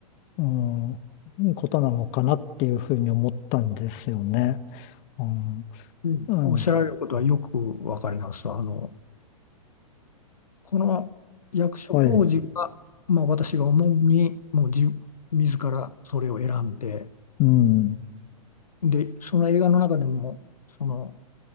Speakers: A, on the left; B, on the left.
A: うん、ことなのかなっていうふうに思ったんですよね。うん、
B: うんおっしゃられることはよくわかります。
A: うん、
B: あのこの役所広司はまあ、
A: はい、
B: 私が思うに、もう自、自らそれを選んで、
A: うん、
B: で、その映画の中でも、その、